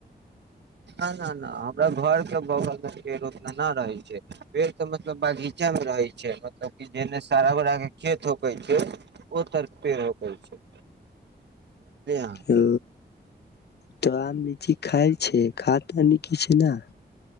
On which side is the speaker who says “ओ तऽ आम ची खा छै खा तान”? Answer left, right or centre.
Left